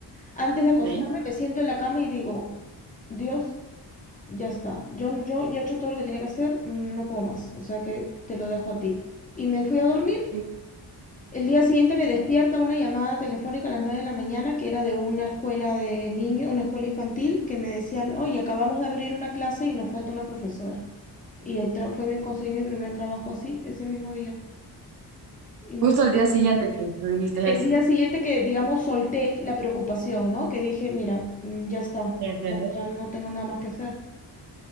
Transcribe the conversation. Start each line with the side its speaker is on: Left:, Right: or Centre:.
Left: antes de acostarme,
Right: Ok.
Left: me siento en la cama y digo, Dios. Ya está. Yo, yo ya he hecho todo lo que tenía que hacer, mm, no puedo más. O sea que te lo dejo a ti. Y me fui a dormir.
Right: Sí,
Left: El día siguiente me despierta una llamada telefónica a las 9 de la mañana que era de una escuela de niños, una escuela infantil, que me decían, oye, acabamos de abrir una clase y nos falta una profesora. Y el tra- fue mi, conseguí mi primer trabajo así, ese mismo día. Imagínate.
Right: justo al día siguiente que tú dijiste
Left: El
Right: eso.
Left: día siguiente que, digamos, solté la preocupación, ¿no? Que dije, mira, mm, ya está,
Right: Sí, entiendo
Left: ya, ya no tengo nada más que hacer.